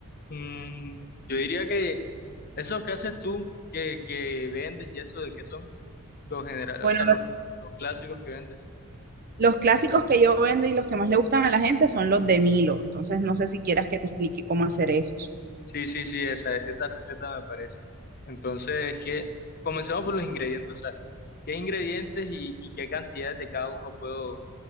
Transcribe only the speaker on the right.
Bueno,
lo-
Los clásicos que yo vendo y los que más le gustan a la gente son los de Milo. Entonces, no sé si quieras que te explique cómo hacer esos.